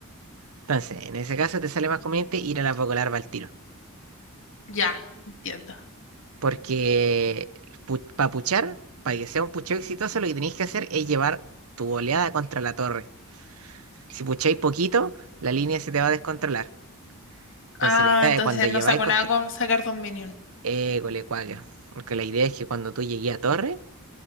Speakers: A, on the right; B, on the left.
A: Entonces, en ese caso te sale más conveniente ir a la Paco Larva al tiro.
B: Ya, entiendo.
A: Porque para puchar, para que sea un pucheo exitoso, lo que tenéis que hacer es llevar tu oleada contra la torre. Si pucháis poquito, la línea se te va a descontrolar. Entonces,
B: Ah,
A: la idea
B: entonces
A: es cuando lleváis
B: no saco
A: contra...
B: nada con sacar dos minions.
A: École, cuáquero. Porque la idea es que cuando tú llegues a torre